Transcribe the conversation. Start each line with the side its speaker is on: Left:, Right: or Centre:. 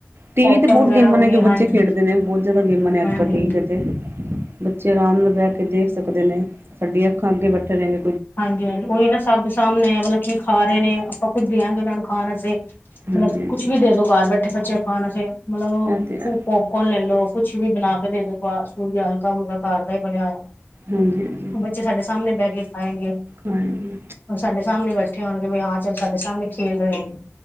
Right: ਟੀ
Left: ਪੋਪਕੋਨ
Right: ਵੀ ਤੇ ਬਹੁਤ
Left: ਵਗੈਰਾ
Right: ਗੇਮਾਂ
Left: ਹੋ
Right: ਨੇ
Left: ਗਏ
Right: ਜੋ ਬੱਚੇ
Left: ਹਾਂਜੀ
Right: ਖੇਡਦੇ ਨੇ, ਬਹੁਤ ਜ਼ਿਆਦਾ ਗੇਮਾਂ ਨੇ ਅੱਜ
Left: ਹਾਂਜੀ
Right: ਕੱਲ ਟੀ ਵੀ ਤੇ ਬੱਚੇ ਆਰਾਮ ਨਾਲ ਬਹਿ ਕੇ ਦੇਖ ਸਕਦੇ ਨੇ, ਸਾਡੀਆਂ ਅੱਖਾਂ ਅੱਗੇ ਬੈਠੇ ਰਹਣ ਗੇ
Left: ਹਾਂਜੀ -ਹਾਂਜੀ ਉਹਹੀ ਨਾ, ਸਭ ਸਾਹਮਣੇ ਮਤਲਬ ਕੀ ਖਾ ਰਹੇ ਨੇ ਆਪਾਂ ਕੁੱਝ ਦੇਆਂਗੇ, ਉਹਨਾਂ ਨੂੰ ਖਾਣ ਆਸੇ,
Right: ਹਾਂਜੀ
Left: ਮਤਲਬ ਕੁਛ
Right: ਹਾਂਜੀ
Left: ਵੀ ਦੇ ਦੋ ਘਰ ਬੈਠੇ ਬੱਚੇ ਖਾਣ ਅੇ ਮਤਲਬ ਔ
Right: ਇਹ ਤੇ ਹੈ
Left: ਫੂੋਪ ਕੌਣ ਲੈ ਲੋ, ਕੁੱਛ ਵੀ ਬਣਾ ਕੇ ਦੇ ਦੋ, ਫਾਸਟ ਫੂਡ ਯਾ ਹਲਕਾ- ਮੁਲਕਾ ਘਾਰ ਦਾ ਹੀ ਬਣਿਆ ਹੋਇਆ।
Right: ਹਾਂਜੀ -ਹਾਂਜੀ
Left: ਉਹ ਬੱਚੇ ਸਾਡੇ ਸਾਹਮਣੇ ਬਹਿ ਕੇ ਖਾਏਗੇ।
Right: ਹਾਂਜੀ
Left: ਹੁਣ ਸਾਡੇ ਸਾਹਮਣੇ ਬੈਠੇ ਹੋਣਗੇ, ਬਈ ਹਾਂ ਚੱਲ ਸਾਡੇ ਸਾਹਮਣੇ ਖੇਲ ਰਹੇ ਹੋ